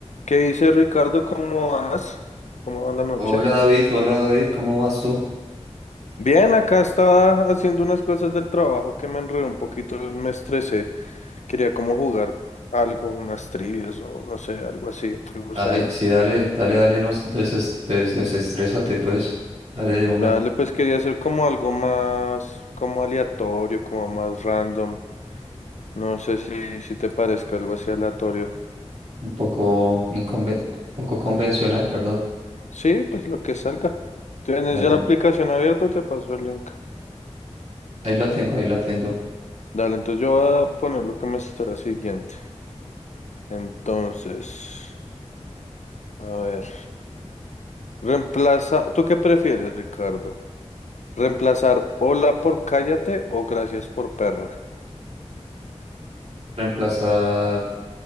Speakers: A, on the left; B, on the right.
A: ¿Qué dice Ricardo? ¿Cómo vas? ¿Cómo va la noche?
B: Hola David, hola David, ¿cómo vas tú?
A: Bien, acá estaba haciendo unas cosas del trabajo que me enredé un poquito, me estresé. Quería como jugar algo, unas trivias o no sé, algo así. ¿Te gustaría?
B: Ay, sí, dale, dale, dale, no deses- des- desestrésate, pues. Dale de
A: Dale,
B: una.
A: pues quería hacer como algo más, como aleatorio, como más random. No sé si, si te parezca algo así aleatorio.
B: Un poco inconven- poco convencional, perdón.
A: Sí, pues lo que salga. ¿Tienes
B: Dale
A: ya la
B: de
A: aplicación
B: una.
A: abierta? Te paso el link.
B: Ahí la tengo, ahí la tengo.
A: Dale, entonces yo voy a poner lo que me estará siguiente. Entonces, a ver, reemplaza, ¿tú qué prefieres, Ricardo? ¿Reemplazar hola por cállate o gracias por perra?
B: Reemplazar.